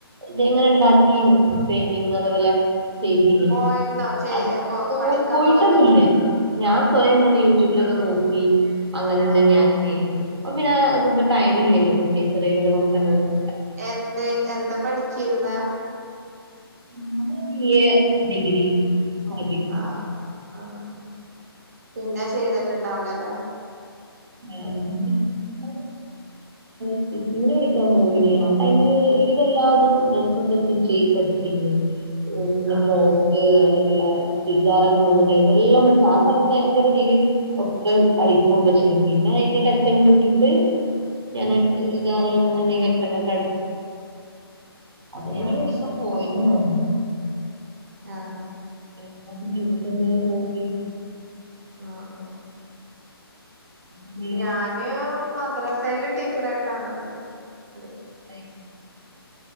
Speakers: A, on the right; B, on the right.
A: ഇതങ്ങനെ ഇണ്ടാക്കീനി പെയിൻ്റിങ്ങ് അതേപോലെ ചെയ്തീനി
B: പോയിരുന്നോ ചെയ്യ
A: അത് പോയി
B: പഠിക്കാൻ
A: പോയിട്ടൊന്നുല്ല
B: പോയിരുന്നോ
A: ഞാൻ സ്വയംങ്ങനെ യൂട്യൂബിലൊക്കെ നോക്കി അങ്ങനെന്നെ
B: ആഹ്
A: ഞാൻ
B: ആഹ്
A: ചെയ്തീനെ ഇപ്പം പിന്നെ ടൈമില്ലല്ലോ കുട്ടി ചെറ്യേതിനെ നോകാള്ളോണ്ട്
B: എന്തേ എന്താ പഠിച്ചിര്ന്നെ
A: ഞാന് ബി എ ഡഗ്രി അറബി
B: ആഹ് ആഹ് ആഹ് പിന്നെ ചെയ്തിട്ടുണ്ടാവൂലല്ല
A: <unintelligible> ഏഹ് സ്റ്റിച്ചിങ്ങിന് പടിക്കാൻ പോയീനി ആഹ് ടൈമില് ഒരുവിധ എല്ലാതും ഡ്രസൊക്കെ സ്റ്റിച്ച് ചെയ്ത് പഠിച്ചിരുന്നു <unintelligible> പിന്നെ
B: ആഹ്
A: ഫ്രോ ക്ക് അതേപോലെ ചുരിദാറൊകെ മൂന്ന് ട്ടൈപ് എല്ലാം പഠ്ച് ആഹ് സമയത്ത് ഭയങ്കരതീല് ഒക്കെ അടിക്കൊക്കെ ചെയ്യും പിന്നെ അയിന്റെ ട്ടെച്ചകെ വിട്ടിട്ട് ഞാന്
B: ഉം
A: <unintelligible> അട്ചാലട്ച് <unintelligible>
B: ആഹ് ശരി
A: പോയീന്ന് തോന്നുന്നു
B: ആഹ്
A: എന്താണ് നിനകെന്താണ് ഹോബി
B: ആഹ് ആഹ്
A: ഉം
B: ഞാന് മദ്രാസേല് ടീച്ചറായിട്ടങ്ങനെ പോകും പഠി
A: <unintelligible>